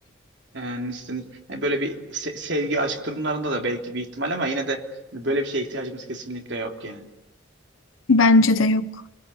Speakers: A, on the right (about 60°); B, on the left (about 85°).
A: Yani istenir. Yani böyle bir se- sevgi, aşk durumlarında da belki bir ihtimal ama yine de hani böyle bir şeye ihtiyacımız kesinlikle yok yani.
B: Bence de yok.